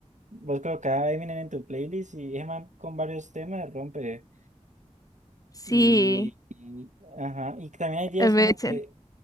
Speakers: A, on the right; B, on the left.
A: vos colocás a Eminem en tu playlist y es más con varios temas rompe.
B: Sí.
A: Y, ajá, y también hay días
B: El Meltzer.
A: como que